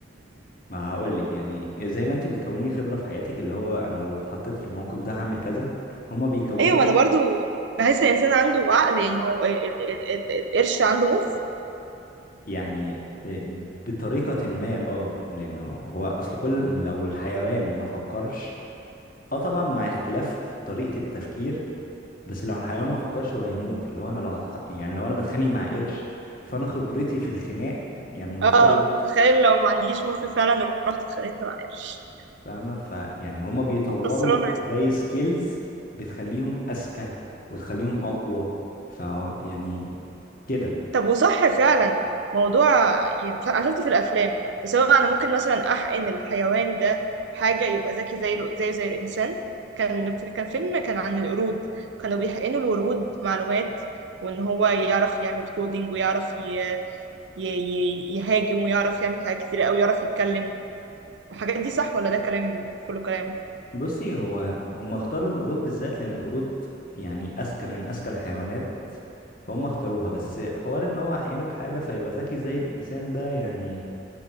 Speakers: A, on the left; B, on the right.
A: ما هقولك يعني زي ما انت بتكوني خبره في حياتك اللي هو انا لو اتحطيت في الموقف ده هعمل كذا هما بيكونوا
B: ايوه انا برضو بحس الانسان عنده عقل يعني هو ال... ال... ال... ال- القرش عنده مخ
A: يعني إيه بطريقه ما اه لانه هو اصل كل لو الحيوان ما فكرش اه طبعا مع اختلاف طريقه التفكير بس لو الحيوان ما فكرش هو هيموت اللي هو انا لو هتح... يعني لو انا بتخانق مع قرش فانا خبرتي في الخناق يعني نفترض
B: اه تخيل لو ما عنديش مخ فعلا رحت اتخانقت مع قرش
A: فاهمة فيعني هما بيطوروا
B: فصلانه يا صاحبي
A: زي سكيلز بتخليهم أذكى وتخليهم أقوى ف يعني كده
B: طب وصح فعلا موضوع ي- مش عارفة- انا شفته في الافلام بس هو انا ممكن مثلا احقن الحيوان ده حاجه يبقى ذكي زي ال- زيه زي الانسان كان كان فيلم كان عن القرود كانوا بيحقنوا الورود معلومات وان هو يعرف يعمل كودينج ويعرف ي... ي... ي- يهاجم ويعرف يعمل حاجات كتير قوي يعرف يتكلم والحاجات دي صح ولا ده كلام كله كلام
A: بصي هو هم اختاروا القرود بالذات لأن القرود يعني أذكى من أذكى الحيوانات فهم اختاروها بس حوار إن هو عينه بحاجة فيبقى ذكي زي الإنسان ده يعني